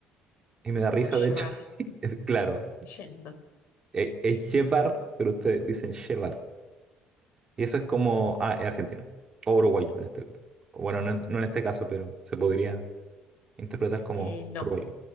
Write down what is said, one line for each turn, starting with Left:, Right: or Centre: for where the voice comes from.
Right: Y me
Left: Como
Right: da risa,
Left: llevar,
Right: de hecho, <laughs> es claro,
Left: yendo.
Right: es, es llevar, pero ustedes dicen llevar. Y eso es como, ah, es argentino, o uruguayo en este, caso. bueno, no, en no en este caso, pero se podría interpretar como
Left: Eh, no,
Right: orgullo.